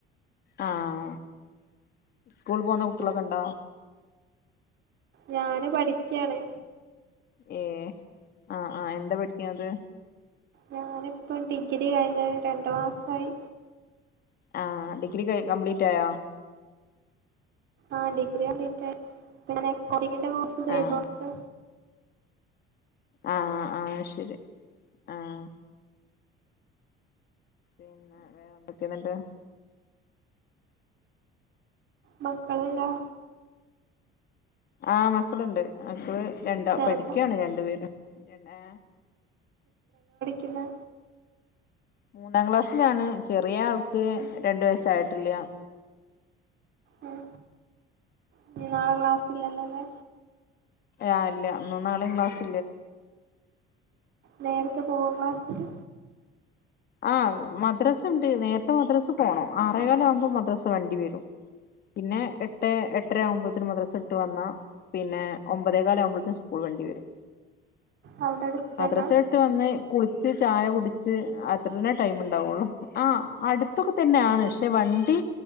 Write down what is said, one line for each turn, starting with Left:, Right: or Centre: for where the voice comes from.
Left: ആഹ്സ്കൂൾ പോകുന്ന കുട്ടികളൊക്കെ ഉണ്ടോ?
Right: ഞാന് പഠിക്കാണ്
Left: ഏ ആഹ് ആഹ് എന്താ പഠിക്ക ണ? ത്
Right: ഞാനിപ്പോൊ ഡിഗ്രി കഴിഞ്ഞ രണ്ടു മാസമായി
Left: ആ ഡിഗ്രി കംപ്ലീറ്റ് ആയോ?
Right: ആ ഡിഗ്രി കംപ്ലീറ്റ് ആയി. പിന്നെ അക്കൗണ്ടിങ്ങിന്റെ കോഴ്സ് ചെയ്തോണ്ട്
Left: ആഹ് ആഹ് ആഹ് ശരി ആഗ് ഉം ഉം എന്തൊക്കെയന്നിട്ട്?
Right: മക്കളില്ലാ
Left: ആ മക്കളുണ്ട് മക്കള് രണ്ടോ
Right: ചെറുത
Left: പഠിക്കാണ് രണ്ടു പേരും പിന്നെ
Right: പിന്നെ
Left: മൂന്നാം ക്ലാസ്സിലാണ് ചെറിയ ആൾക്ക് രണ്ടു വയസായിട്ടില്ല
Right: ഉം ഇനി നാളെ ക്ലാസ്സില്ലല്ലോല്ലേ
Left: ആ അല്ല ഇന്നും നാളെംക്ലാസില്ല
Right: നേരത്തെ പോവാ ക്ലാസ്സിില്
Left: ആഹ് മദ്രസ ഉണ്ട് നേരത്തെ മദ്രസ പോണം ആറേക്കാല് ആവുമ്പോൾ മദ്രസ വണ്ടി വരും. പിന്നെ എട്ട് എട്ടര ആവുമ്പോത്തന് മദ്രസ വിട്ട് വന്നാ പിന്നെ ഒമ്പതേകാല് ആവുമ്പോത്ത് സ്കൂൾ വണ്ടി വരും
Right: അവിടെ അടുത്തന്നെ
Left: മദ്രസ വിട്ട് വന്ന് കുളിച്ച് ചായ കുടിച്ച് അ അത്ര തന്നെ ടൈം ഉണ്ടാവുള്ളൂ. ആ അടുത്തൊക്കെ തന്നെയാണ് പക്ഷെ വണ്ടി